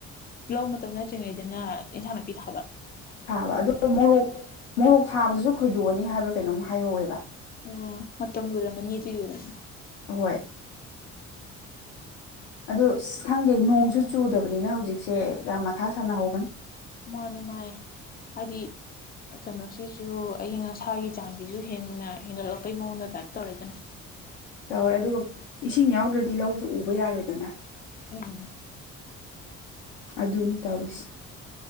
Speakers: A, on the left; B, on the left.
A: ꯂꯧ ꯃꯇꯝ ꯅꯠꯇ꯭ꯔꯤꯉꯩꯗꯅ ꯏꯟꯁꯥꯡ ꯅꯥꯄꯤ ꯊꯥꯕ
B: ꯊꯥꯕ ꯑ ꯃꯣꯔꯣꯛ ꯃꯣꯔꯣꯛ ꯊꯥꯕꯁꯨ ꯈꯣꯏꯗꯣꯛꯑꯅꯤ ꯍꯥꯏꯕ꯭ꯔꯥ ꯀꯩꯅꯣꯝ ꯍꯥꯏꯍꯧꯋꯦꯕ
A: ꯑ ꯃꯇꯝ ꯂꯨꯔꯝꯃꯅꯤ ꯑꯗꯨ ꯌꯨꯔꯝꯅꯤ
B: ꯍꯣꯏ ꯑꯗ ꯑ ꯈꯪꯗꯦ ꯅꯣꯡꯁꯨ ꯆꯨꯗꯕꯅꯤꯅ ꯍꯧꯖꯤꯛꯁꯦ ꯌꯥꯝ ꯃꯊꯥ ꯁꯅꯍꯧꯕꯅꯤ
A: ꯃꯥꯅꯦ ꯃꯥꯅꯦ ꯍꯥꯏꯗꯤ ꯀꯩꯅꯣꯁꯤꯁꯨ ꯑꯌꯤꯡ ꯑꯁꯥꯒꯤ ꯆꯥꯡꯁꯤꯁꯨ ꯍꯦꯟꯅ ꯍꯦꯟꯒꯠꯂꯛꯄꯩ ꯃꯑꯣꯡꯗ ꯇꯥꯏꯞ ꯇꯧꯔꯛꯏꯗꯅ <unintelligible>
B: ꯇꯧꯔꯦ ꯑꯗꯨꯒ ꯏꯁꯤꯡ ꯌꯥꯎꯗ꯭ꯔꯗꯤ ꯂꯧꯁꯨ ꯎꯕ ꯌꯥꯔꯣꯏꯗꯅ
A: ꯎꯝ
B: ꯑꯗꯨꯅꯤ ꯇꯧꯔꯤꯁ